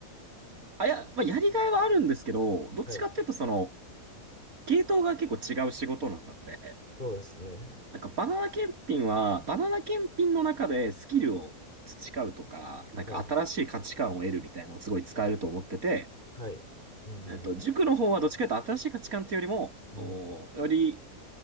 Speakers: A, on the right; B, on the left.
A: あ、いや、まあ、やりがいはあるんですけど、どっちかっていうとその、
B: はい。
A: 系統が結構違う仕事なので、
B: そうですね。
A: なんかバナナ検品は、バナナ検品の中でスキルを培うとか、なんか新しい価値観を得るみたいなのをすごい使えると思ってて、
B: はい。はい。うん。
A: えっと、塾の方はどっちかというと新しい価値観っていうよりも、
B: うん。
A: おより